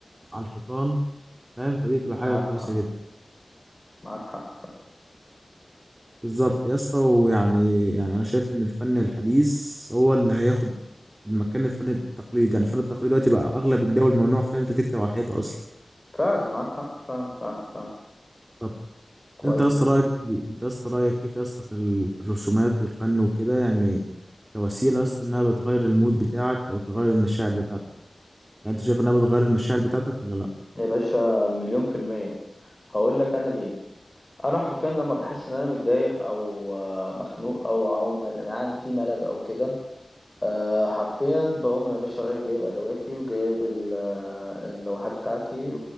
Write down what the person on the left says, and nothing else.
معاك
حق
معاك حق ف-
فعلا معاك حق فعلا فعلا فعلا
كويس
كده
يا باشا مليون في المية هقول لك انا ليه انا حرفيا لما بحس ان انا متضايق او آه، مخنوق او او مل- يعني في ملل او كده أه حرفيا بقوم يا باشا رايح جايب ادواتي وجايب ال- آه، اللوحات بتاعتي